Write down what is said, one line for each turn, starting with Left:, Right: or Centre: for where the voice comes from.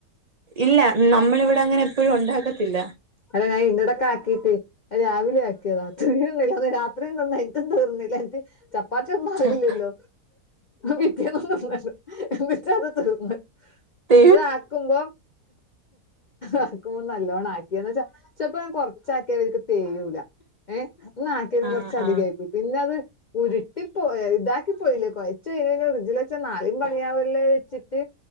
Right: ഇല്ല, നമ്മളിവിടങ്ങനെ എപ്പഴും ഉണ്ടാക്കത്തില്ല.
Left: അല്ല ഞാൻ ഇന്റെടക്കെ ആക്കിട്ട് രാവിലെ ആക്കിയാത... ത്രിം നന്നായി ഇതും തീർന്നിലൻ്റ്. ചപ്പാത്തിയൊന്നും
Right: ആഹ്
Left: ആവില്ലല്ലോ? പിറ്റേന്നു. <unintelligible> <unintelligible> റ്റത് തീർന്ന്
Right: ടി
Left: അതാക്കുമ്പോ, ആക്കുമ്പൊ നല്ലോണാക്കി എന്ന് വച്ചാ ചെൽപ്പോ ഞാൻ കൊർച്ചാ ക്കിയാ ക്ക് തേയൂല. ഏഹ് ന്നാട്ടിന്ന്
Right: ആ
Left: കൊർച്ചധികായി
Right: ആ
Left: പോയി പിന്നത്. ഉരുട്ടി പോ ഇതാക്കി പോയില്ലേ, കൊയച്ച് കഴിഞ്ഞ പിന്നെ ഫ്രിഡ്ജിൽ വച്ചാൽ നാളീം പണിയാവല്ലേ വെച്ചിട്ട്.